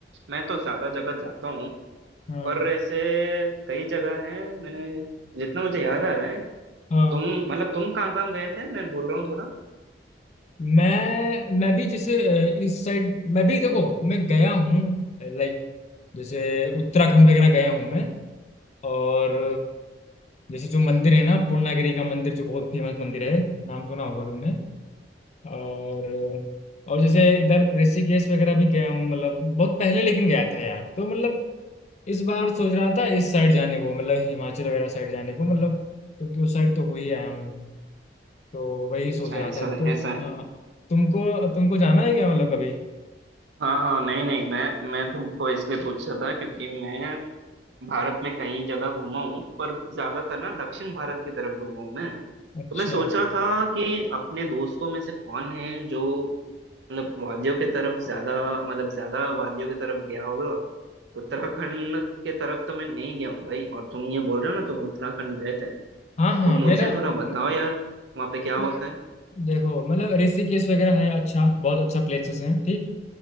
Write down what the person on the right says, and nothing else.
मैं तो ज्यादा जगह जाता हूँ
पर ऐसे कई जगह हैं मैंने जितना मुझे याद आ रहा है
तुम मतलब तुम कहाँ कहाँ गए थे मैं भूल रहा हूँ थोड़ा
अच्छा
ऐसा
है
ऐसा है
हाँ हाँ नहीं नहीं मैं मैं तुमको इसलिए पूछ रहा था क्योंकि मैं भारत में कई जगह घूमा हूँ पर ज्यादातर ना दक्षिण भारत की तरफ घूमा हूँ मैं
तो मैं सोच रहा था कि अपने दोस्तों में से कौन है जो मतलब वादियों की तरफ ज्यादा मतलब ज्यादा वादियों की तरफ गया होगा उत्तराखंड के तरफ तो मैं नहीं गया हूँ भाई और तुम ये बोल रहे हो ना तुम उत्तराखंड गए थे
तो
मुझे
थोड़ा
बताओ यार वहाँ पे क्या होता
है